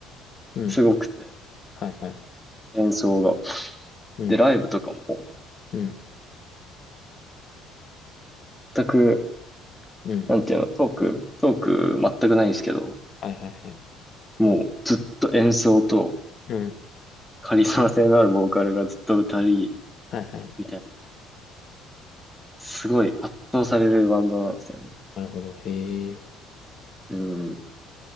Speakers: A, on the left; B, in the centre.
A: うん、
B: すごくて、
A: はい、はい。
B: 演奏が。
A: うん、
B: で、ライブとかも、
A: うん、
B: 全く
A: うん、
B: なんていうの、トーク、トーク全くないんですけど、
A: はい、はい、はい。
B: もうずっと演奏と
A: うん
B: カリスマ性のあるボーカルがずっと歌い、
A: はいはい。
B: みたいな、すごい圧倒されるバンドなんですよね。
A: なるほど。へえ。
B: うん。